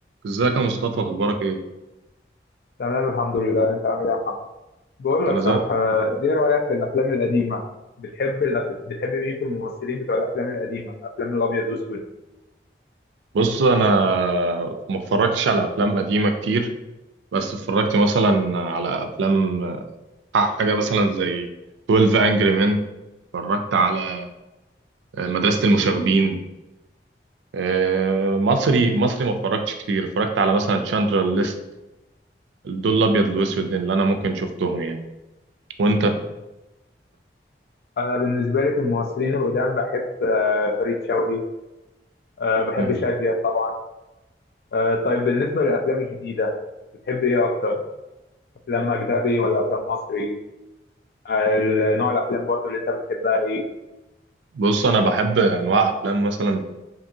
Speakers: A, on the right; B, on the left.
A: ازيك يا مصطفى اخبارك ايه
B: تمام الحمد لله انت عامل ايه يا محمد بقول
A: انا
B: لك
A: زي
B: صح آه، ايه رأيك في الافلام القديمة بتحب الأفل... بتحب مين في الممثلين بتوع الافلام القديمة افلام الابيض والاسود
A: بص انا ما اتفرجتش على افلام قديمه كتير بس اتفرجت مثلا على افلام آه، حاجه مثلا زي 12 انجري مان اتفرجت على آه، مدرسه المشاغبين آه، مصري مصري ما اتفرجتش كتير اتفرجت على مثلا تشاندلر ليست دول الابيض والاسود اللي انا ممكن شفتهم يعني وانت
B: انا بالنسبة لي في الممثلين القدام بحب آه، فريد شوقي آه، بحب
A: مم.
B: شادية طبعا آه، طيب بالنسبة للافلام الجديدة بتحب ايه اكتر افلام اجنبي ولا افلام مصري آه، نوع الافلام برضو اللي انت بتحبها ايه
A: بص انا بحب انواع افلام مثلا